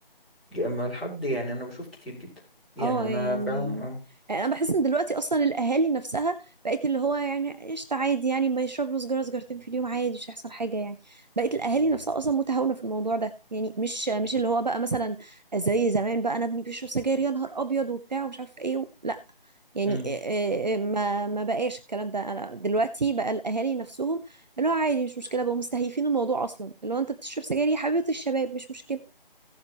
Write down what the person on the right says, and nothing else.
اه
يعني
يعني انا بحس ان دلوقتي اصلا الاهالي نفسها بقت اللي هو يعني قشطه عادي يعني ما يشرب له سجاره سجارتين في اليوم عادي مش هيحصل حاجه يعني بقت الاهالي نفسها اصلا متهاونه في الموضوع ده يعني مش مش اللي هو بقى مثلا زي زمان بقى انا ابني بيشرب سجاير يا نهار ابيض وبتاع ومش عارف ايه و... لا يعني
إيه- إيه- إيه، ما ما بقاش الكلام ده انا دلوقتي بقى الاهالي نفسهم اللي هو عادي مش مشكله بقوا مستهيفين الموضوع اصلا اللي هو انت بتشرب سجاير يا حبيبه الشباب مش مشكله